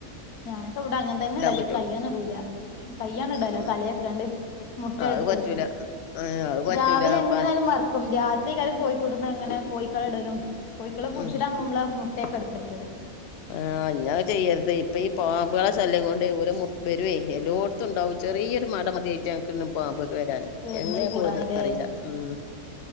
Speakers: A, on the left; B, on the left.
A: ഞാനൊക്കെ ഇവിടെ അങ്ങനെ തന്നെ ഇടല്
B: പറ്റുള്ളൂ
A: കയ്യാണ്ട് ഇടൂല കയ്യാണ് ഇടലാ
B: ഉം
A: തലയാണ്ട് ഇട്ടാണ്ട് മുട്ട
B: അത്
A: എടുത്ത്
B: പറ്റൂല
A: പോവും
B: അത് പറ്റൂല
A: രാവിലെ
B: അപ്പ
A: എങ്ങനെയാലും മറ ക്കും രാത്രിയ്ക്കാരം കോയിക്കൂട്ട്ന്ന് അങ്ങന കോഴക്കളെ ഇടലും കോയിക്കളെ പുടിച്ചിടാം
B: ഉം
A: പോകുമ്പോ ട്ടെക്കെട്ത്തക്കല്
B: ആ ഇഞ്ഞ് അത് ചെയ്യരുത് ഇപ്പൊ ഈ പാമ്പേളെ ശല്യം കൊണ്ട് ഓല് മു വരേയ് എല്ലോട് ത്തുംണ്ടാവും ചെറിയൊരു മട മതി അയ്റ്റങ്ങക്ക് പാമ്പൊക്കെ വരാന്
A: ഇന്ന്
B: എങ്ങനെ
A: കൂടാനില്ലേ
B: പോര്ണത് അറീല ഉം